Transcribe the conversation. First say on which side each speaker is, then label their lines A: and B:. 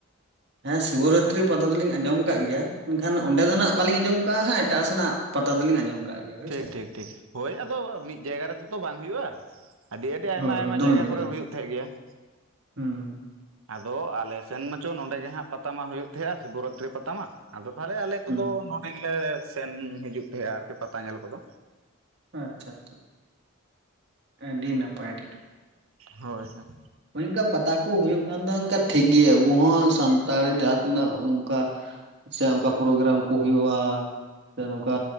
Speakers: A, on the right; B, on the right.
A: ᱦᱮᱸ ᱥᱤᱵᱚᱨᱟᱛᱨᱤ ᱯᱟᱛᱟ ᱫᱚᱞᱤᱧ ᱟᱸᱡᱚᱢ ᱠᱟᱜ ᱜᱮᱭᱟ ᱢᱮᱱᱠᱷᱟᱱ ᱚᱸᱰᱮ ᱫᱚ ᱱᱟᱜ ᱵᱟᱞᱤᱧ ᱟᱸᱡᱚᱢ ᱠᱟᱜᱼᱟ ᱦᱟᱸᱜ ᱮᱴᱟᱜ ᱥᱮᱱᱟᱜ ᱯᱟᱛᱟ ᱫᱚᱞᱤᱧ ᱟᱸᱡᱚᱢ ᱠᱟᱜ ᱜᱮᱭᱟ ᱦᱳᱭ
B: ᱴᱷᱤᱠ
A: ᱥᱮ
B: ᱴᱷᱤᱠ ᱴᱷᱤᱠ ᱦᱳᱭ ᱟᱫᱚ ᱢᱤᱫ ᱡᱟᱭᱜᱟ ᱨᱮᱫᱚ ᱛᱚ ᱵᱟᱝ ᱦᱩᱭᱩᱜᱼᱟ ᱾ ᱟᱹᱰᱤ ᱟᱹᱰᱤ ᱟᱭᱢᱟ
A: ᱦᱳᱭ
B: ᱟᱭᱢᱟ
A: ᱦᱳᱭ ᱫᱚᱢᱮ
B: ᱡᱟᱭᱜᱟ ᱠᱚᱨᱮ
A: ᱨᱮᱜᱮ
B: ᱦᱩᱭᱩᱜ ᱛᱟᱦᱮᱸᱜ ᱜᱮᱭᱟ ᱾
A: ᱦᱩᱸ
B: ᱟᱫᱚ ᱟᱞᱮ ᱥᱮᱱ ᱢᱟᱪᱚ ᱱᱚᱰᱮ ᱜᱮ ᱦᱟᱸᱜ ᱯᱟᱛᱟ ᱢᱟ ᱦᱩᱭᱩᱜ ᱛᱟᱦᱮᱸᱜᱼᱟ ᱥᱤᱵᱚᱨᱟᱛᱨᱤ ᱯᱟᱛᱟ ᱢᱟ ᱾ ᱟᱫᱚ ᱛᱟᱦᱚᱞᱮ ᱟᱞᱮ ᱠᱚᱫᱚ
A: ᱦᱩᱸ
B: ᱱᱚᱰᱮ ᱜᱮᱞᱮ ᱥᱮᱱ ᱦᱤᱡᱩᱜ ᱛᱟᱦᱮᱸᱜᱼᱟ ᱟᱨᱠᱤ ᱯᱟᱛᱟ ᱧᱮᱞ ᱠᱚᱫᱚ
A: ᱟᱪᱪᱷᱟ ᱟᱪᱪᱷᱟ ᱾ ᱟᱹᱰᱤ ᱱᱟᱯᱟᱭ ᱟᱹᱰᱤ
B: ᱦᱳᱭ ᱦᱮᱸ ᱾
A: ᱳᱭ <inaudible> ᱝᱠᱟ ᱯᱟᱛᱟ ᱠᱚ ᱦᱩᱭ ᱚᱱᱠᱟ ᱯᱟᱛᱟ ᱠᱚ ᱦᱩᱭᱩᱜ ᱠᱷᱟᱱ ᱫᱚ ᱴᱷᱤᱠ ᱜᱮᱭᱟ ᱟᱵᱚ ᱦᱚᱸ ᱥᱟᱱᱛᱟᱲ ᱡᱟᱛ ᱛᱤᱱᱟᱹᱜ ᱚᱱᱠᱟ ᱥᱮ ᱚᱱᱠᱟ ᱯᱨᱳᱜᱨᱟᱢ ᱠᱚ ᱦᱩᱭᱩᱜᱼᱟ ᱾ ᱥᱮ ᱱᱚᱝᱠᱟ